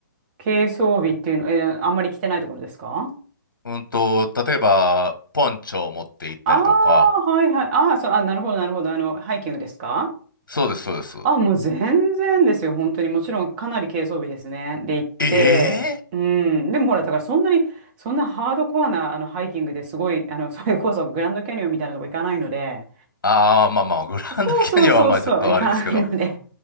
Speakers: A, on the right; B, on the left.
A: 軽装備っていうの、え、あんまり着てないところですか
B: うんと、例えば、ポンチョを持って行ったりとか。
A: ああ、はいはい。ああ、そう、あ、なるほど、なるほど。あの、ハイキングですか
B: そうです、そうです。
A: あ、もう全然ですよ。本当に。もちろん、かなり軽装備ですね。で、行って、
B: ええ
A: うん。でもほら、だからそんなに、そんなハードコアな、あの、ハイキングですごい、あの、それこそグランドキャニオンみたいなとこ行かないので、
B: ああー、まあまあ、グランドキャニオンはまあちょっとあれですけど。
A: そうそうそうそう、行かないので